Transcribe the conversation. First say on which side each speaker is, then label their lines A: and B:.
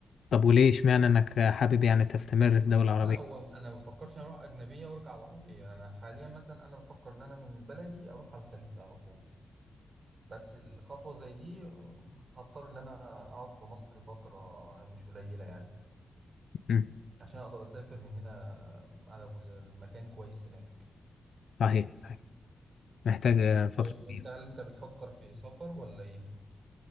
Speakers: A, on the left (about 75°); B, on the right (about 50°).
A: طب وليه اشمعنى انك حابب يعني تستمر في دولة عربية
B: لا هو انا ما بفكرش إن اروح اجنبيه وارجع العربيه انا حاليا مثلا انا بفكر ان انا من بلدي اروح على الخليج على طول بس الخطوه زي دي آه، هضطر ان انا اقعد في مصر فتره مش قليله يعني
A: مم،
B: عشان اقدر اسافر من هنا آه، على ابو زيد مكان كويس هناك
A: صحيح صحيح محتاج آه، فترة
B: طيب
A: كبيرة
B: انت هل انت بتفكر في سفر ولا ايه